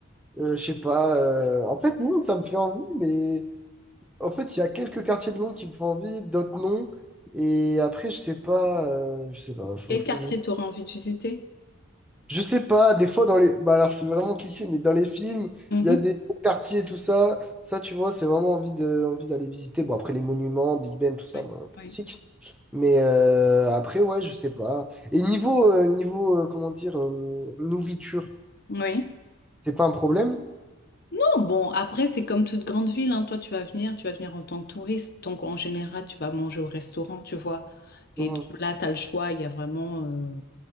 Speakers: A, in the centre; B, on the left (about 50°).
A: euh, je sais pas, euh, en fait, Londres, ça me fait envie, mais en fait, il y a quelques quartiers de Londres qui me font envie, d'autres non. Et après, je sais pas, euh, je sais pas, faut,
B: Quel
A: faut
B: quartier
A: que je...
B: t'auras envie de visiter?
A: je sais pas, des fois, dans les. Bah, alors, c'est vraiment cliché, mais dans les films,
B: Mhm.
A: il y a des quartiers, tout ça. Ça, tu vois, c'est vraiment envie de... envie d'aller visiter. Bon, après, les monuments, Big Ben, tout ça,
B: Oui,
A: bon, classique.
B: oui.
A: Mais euh, après, ouais, je sais pas. Et niveau, euh, niveau euh, comment dire, euh, nourriture,
B: Oui.
A: c'est pas un problème?
B: Non, bon, après, c'est comme toute grande ville, hein. Toi, tu vas venir, tu vas venir en tant que touriste. Donc, en général, tu vas manger au restaurant, tu vois.
A: Mhm.
B: Et donc là, tu as le choix, il y a vraiment euh,